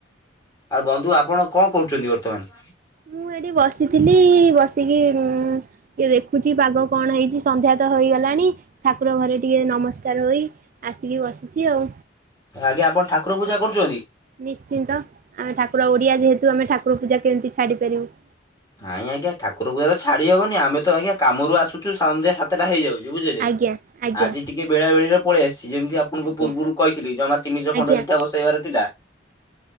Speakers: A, on the left; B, on the right.
A: ଆଉ, ବନ୍ଧୁ ଆପଣ କଣ କହୁଛନ୍ତି, ବର୍ତ୍ତମାନ?
B: ମୁଁ, ଏଠି ବସିଥିଲି-ଇ ବସିକି ଉମ୍ ଇଏ ଦେଖୁଛି ପାଗ କଣ ହେଇଛି? ସନ୍ଧ୍ୟା ତ ହୋଇଗଲାଣି, ଠାକୁର ଘରେ ଟିକିଏ ନମସ୍କାର ହୋଇ ଆସିକି ବସିଛି ଆଉ।
A: ଆଜ୍ଞା, ଆପଣ ଠାକୁର ପୂଜା କରୁଛନ୍ତି।
B: ନିଶ୍ଚିନ୍ତ, ଆମେ ଠାକୁର ଓଡିଆ ଯେହେତୁ, ଆମେ ଠାକୁର ପୂଜା କେମିତି ଛାଡି ପାରିବୁ?
A: ନାଇଁ ଆଜ୍ଞା, ଠାକୁରପୁଜା ତ ଛାଡି ହବନି। ଆମେ ତ ଆଜ୍ଞା, କାମରୁ ଆସୁଛୁ ସଂଧ୍ୟା ସାତ୍ ତଟା ହେଇଯାଉଛି, ବୁଝିଲେ!
B: ଆଜ୍ଞା ଆଜ୍ଞା
A: ଆଜି ଟିକେ ବେଳାବେଳି ରେ ପଳେଇ ଆସିଛି। ଯେମିତି ଆପ୍ ଆପଣଙ୍କୁ
B: ଆଜ୍ଞା
A: ପୂର୍ବରୁ କହିଥିଲି, ଜମା ତିନିଶହ
B: ଆଜ୍ଞା
A: ଖଣ୍ଡ ଇଠା ବସେଇବାର ଥିଲା।